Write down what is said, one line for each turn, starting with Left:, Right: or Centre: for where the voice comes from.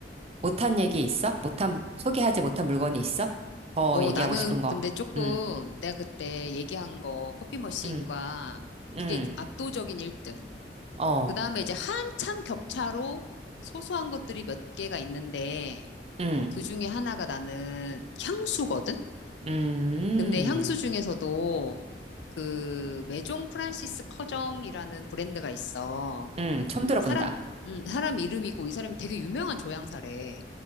Right: 못한 얘기 있어? 못한, 소개하지 못한 물건이 있어? 더
Left: 어,
Right: 얘기하고
Left: 나는
Right: 싶은 거.
Left: 근데 조금
Right: 응,
Left: 내가 그때 얘기한 거 커피 머신과
Right: 응, 응,
Left: 그게 압도적인 1등.
Right: 어,
Left: 그 다음에 이제 한참 격차로 소소한 것들이 몇 개가 있는데
Right: 응,
Left: 그 중에 하나가 나는 향수거든?
Right: 음,
Left: 근데 향수 중에서도 그 메종 프란시스 커정이라는 브랜드가 있어.
Right: 응, 처음 들어본다.
Left: 사람, 음, 사람 이름이고 이 사람이 되게 유명한 조향사래.